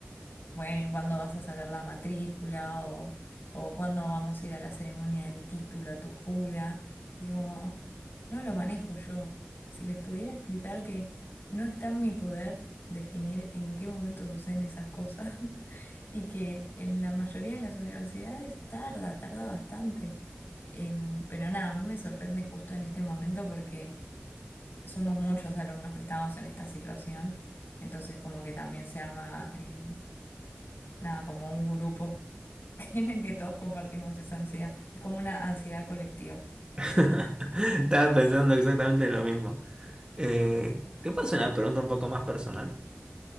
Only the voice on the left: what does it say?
Bueno, ¿y cuándo vas a sacar la matrícula? O, o cuándo vamos a ir a la ceremonia del título, a tu jura. Y como, no lo manejo yo. Si les pudiera explicar que no está en mi poder definir en qué momento suceden esas cosas <laughs> y que en la mayoría de las universidades tarda, tarda bastante. Em, pero nada, a mí me sorprende justo en este momento porque somos muchos alumnos que estamos en esta situación, entonces como que también se arma... em, nada, como un grupo <laughs> en el que todos compartimos esa ansiedad. Es como una ansiedad colectiva.